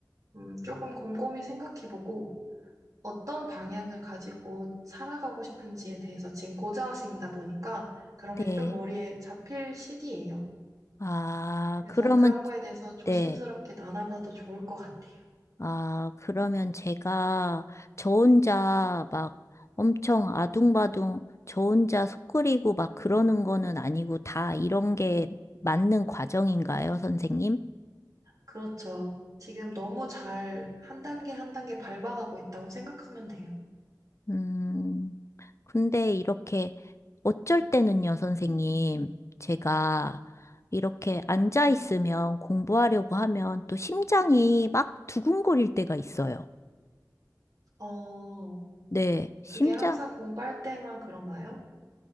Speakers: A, on the right; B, on the left.
A: 음, 조금 곰곰이 생각해보고 어떤 방향을 가지고 살아가고 싶은지에 대해서 지금 고등학생이다 보니까 그런
B: 네.
A: 게 좀 머리에 잡힐 시기예요.
B: 아,
A: 그래서
B: 그러면,
A: 그런 거에 대해서 조심스럽게
B: 네.
A: 나눠봐도 좋을 것 같아요.
B: 아, 그러면 제가 저 혼자 막 엄청 아둥바둥 저 혼자 속 끓이고 막 그러는 거는 아니고 다 이런 게 맞는 과정인가요, 선생님?
A: 그렇죠. 지금 너무 잘 한 단계 한 단계 밟아가고 있다고 생각하면 돼요.
B: 음, 근데 이렇게 어쩔 때는요, 선생님. 제가 이렇게 앉아 있으면 공부하려고 하면 또 심장이 막 두근거릴 때가 있어요.
A: 어,
B: 네, 심장,
A: 그게 항상 공부할 때만 그런가요?